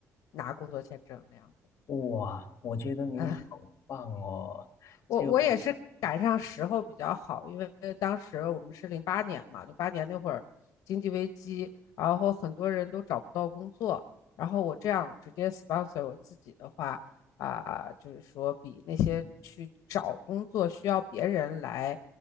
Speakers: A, on the left; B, on the left.
A: 拿工作签证那样子，
B: 哇，我觉得你好棒哦！
A: <laughs> 我我也是赶上时候比较好，
B: 就
A: 因为当时我们是零八年嘛，零八年那会儿经济危机，然后很多人都找不到工作，然后我这样直接 sponsor 我自己的话，啊、就是说比那些去找工作需要别人来